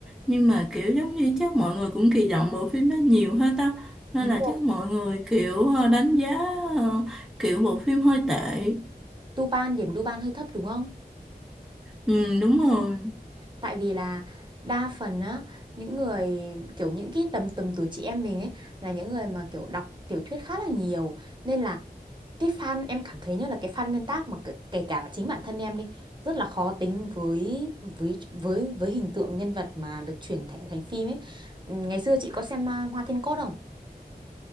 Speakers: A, in the centre; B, on the right (about 30°).
A: nhưng mà kiểu giống như chắc mọi người cũng kỳ vọng bộ phim đó nhiều hết á nên
B: đúng
A: là
B: rồi
A: chắc mọi người kiểu ờ, đánh giá ờ, kiểu bộ phim hơi tệ
B: Tupan điểm Tupan hơi thấp đúng không
A: ừ đúng rồi
B: Tại vì là đa phần á những người kiểu những cái tầm tầm tuổi chị em mình ấy là những người mà kiểu đọc tiểu thuyết khá là nhiều nên là cái fan em cảm thấy như là cái fan nguyên tác mà kể kể cả là chính bản thân em đi rất là khó tính với với với với hình tượng nhân vật mà được chuyển thể thành phim ấy. Ngày xưa chị có xem à, Hoa Thiên Cốt không?